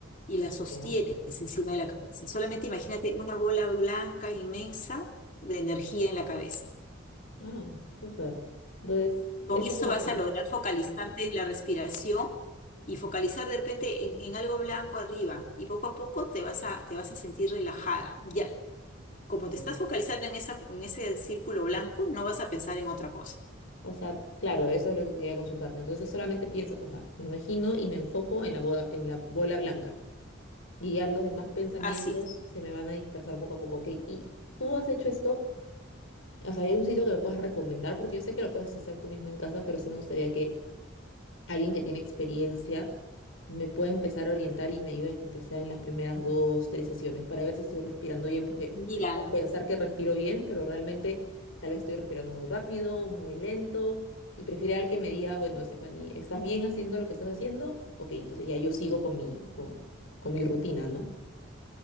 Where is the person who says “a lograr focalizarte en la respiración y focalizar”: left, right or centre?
Left